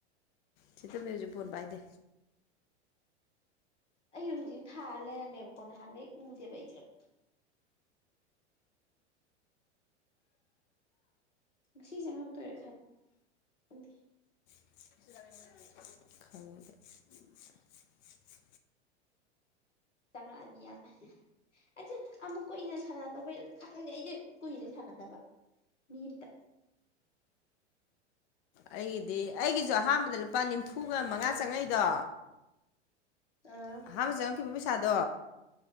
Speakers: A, on the left; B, on the left.
A: ꯆꯦ ꯇꯣꯝꯕꯤ ꯍꯧꯖꯤꯛ ꯐꯣꯟ ꯄꯥꯏꯗꯦ
B: ꯑꯩꯁꯨ ꯍꯧꯖꯤꯛ ꯊꯥꯔ ꯂꯩꯔꯝꯃꯦꯕꯀꯣ ꯅꯍꯥꯟꯈꯩ ꯎꯗꯦꯕ ꯑꯩꯁꯨ ꯉꯁꯤ ꯆꯪꯉꯛꯇꯣꯏꯔ ꯈꯪ ꯈꯪꯗꯦ
A: <inaudible>
B: ꯆꯪꯉꯅꯤꯌꯥ ꯑꯩꯁꯦ ꯑꯃꯨꯛ ꯀꯨꯏꯅ ꯁꯥꯟꯅꯗꯕꯩ ꯈꯪꯗꯦ ꯑꯩꯗꯤ ꯀꯨꯏꯔꯦ ꯁꯥꯟꯅꯗꯕ ꯃꯤꯠ
A: ꯑꯩꯒꯤꯗꯤ ꯑꯩꯒꯤꯁꯨ ꯑꯍꯥꯟꯕꯗ ꯂꯨꯄꯥ ꯅꯤꯝꯐꯨꯒ ꯃꯉꯥ ꯆꯪꯉꯛꯏꯗꯣ
B: ꯑꯥ
A: ꯑꯍꯥꯟꯅ ꯆꯪꯉꯛꯈꯤꯕ ꯄꯩꯁꯥꯗꯣ